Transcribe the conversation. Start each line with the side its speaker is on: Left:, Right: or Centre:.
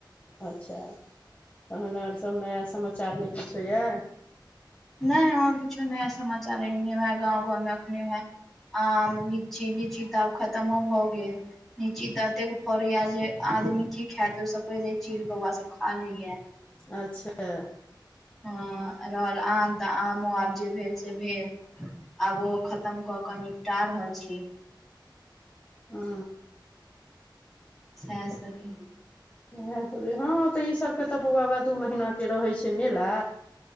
Left: अच्छा तहन ओर सब नया समाचार नै किछो य
Centre: नै आओर किछो नया समाचार एहेन य गाँव घाँवमे अखने वेह आम लीची लीची तऽ आब खतमो भऽ गेल लीची ततेक फड़ैया जे आदमी की खायत ओहिसँ पहिले चील कौआ सभ खा लेइय
Left: अच्छह
Centre: ह रहल आम त आमो आब जे भेल से भेल आब ओहो खतम क क निपटा रहल छी
Left: हू
Centre: से हा सभी
Left: इएह सभ हँ त इसबके त बौआ वैह दू महीनाके रहै छै मेला